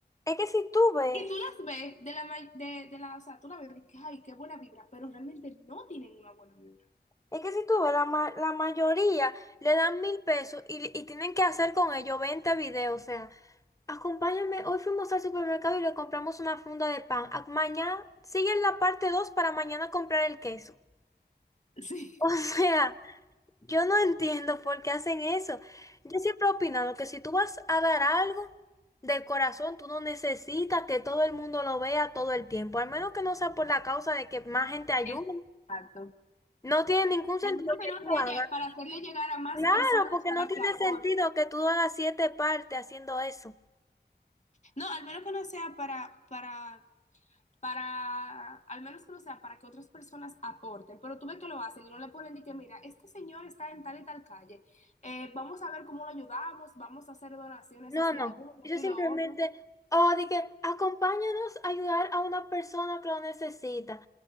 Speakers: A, on the left; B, on the left.
A: es que si tú ves...
B: Y tú las ves de la, ma- de, de la, o sea, tú la ves y dices, ay, qué buena vibra, pero realmente no tienen una buena vibra. <laughs>
A: Es que si tú ves, la, ma- la mayoría le dan mil pesos y, y tienen que hacer con ello 20 videos. O sea, acompáñame, hoy fuimos al supermercado y le compramos una funda de pan. Ah, Mañana siguen la parte 2 para mañana comprar el queso. <laughs>
B: Sí,
A: O sea, yo no entiendo por qué hacen eso. Yo siempre he opinado que si tú vas a dar algo del corazón, tú no necesitas que todo el mundo lo vea todo el tiempo. Al menos que no sea por la causa de que más gente ayude.
B: exacto.
A: No tiene ningún sentido
B: Al menos que
A: que
B: no sea
A: tú hagas.
B: lle- para hacerle llegar a más
A: Claro,
B: personas
A: porque
B: para
A: no tiene
B: que aporten.
A: sentido que tú hagas siete partes haciendo eso.
B: No, al menos que no sea para, para para, al menos que no sea, para que otras personas aporten, pero tú ves que lo hacen y no le ponen de que, mira, este señor está en tal y tal calle, eh, vamos a ver cómo lo ayudamos, vamos a hacer donaciones
A: No,
B: hacia
A: no.
B: él,
A: Yo
B: tú
A: simplemente,
B: lo otro.
A: o de que acompáñanos a ayudar a una persona que lo necesita.